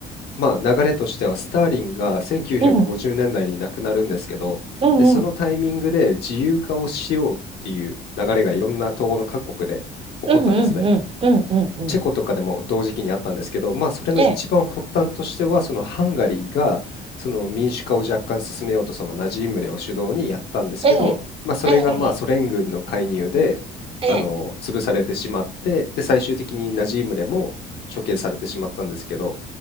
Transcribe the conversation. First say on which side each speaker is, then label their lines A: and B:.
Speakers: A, on the left (about 70°); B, on the right (about 35°).
A: まあ、流れとしてはスターリンが1950年代に亡くなるんですけど、
B: うん、うん、うん、
A: で、そのタイミングで自由化をしようっていう流れがいろんな東欧の各国で起こったんですね。
B: うん、うん、うん、うん、うん、うん。うん
A: チェコとかでも同時期にあったんですけど、まあそれの一番発端としては、
B: ええ、
A: そのハンガリーがその民主化を若干進めようとそのナジームレを主導にやったんですけど、
B: ええ、
A: まあそれがまあソ連軍の介入であの潰されてしまって、
B: ええ、ええ、
A: で最終的にナジームレも処刑されてしまったんですけど、